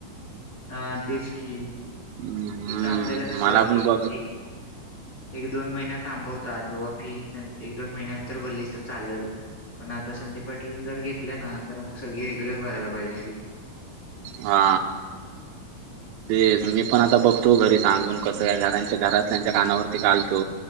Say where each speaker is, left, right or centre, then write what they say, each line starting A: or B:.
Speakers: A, on the left (about 25°); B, on the right (about 85°).
A: हा तेच की
B: हम्म
A: इथं आपल्याला कसं
B: मला
A: आहे एक
B: पण
A: एक
B: बघ
A: एक दोन महिन्या थांबवतात बाबा फी एक दोन महिन्यानंतर भरलीच तर चालल. पण आता संदीप पाटील जर घेतल्या ना तर मग सगळी रेग्युलर भरायला पाहिजे शिल्
B: हा. तेच मी पण आता बघतो घरी सांगून कसं काय कारण घरात घरातल्याच्या कानावरती घालतो.